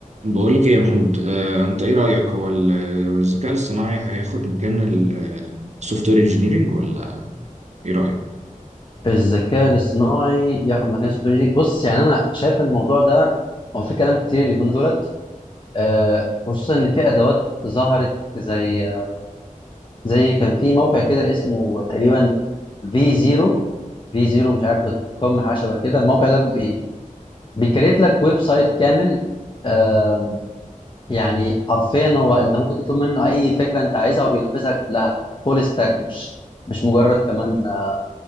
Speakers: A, on the right; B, on the left.
A: بقول لك ايه يا محمود آه، انت ايه رأيك هو ال- الذكاء الاصطناعي هياخد مكان السوفت وير انجينيرنج ولا ايه رأيك
B: الذكاء الاصطناعي ياخد مكان السوفت وير engineering. بص يعني انا شايف إن الموضوع ده هو في كلام كتير اليومين دولت آه، خصوصا ان في ادوات ظهرت زي زي كان في موقع كده اسمه تقريبا في زيرو في زيرو مش عارف دوت كوم حاجه شبه كده الموقع ده بي بيكريت لك ويب سايت كامل آه، يعني حرفيا هو انت ممكن تطلب منه اي فكره انت عايزها وبينفذها كلها فول ستاك مش مش مجرد كمان آه،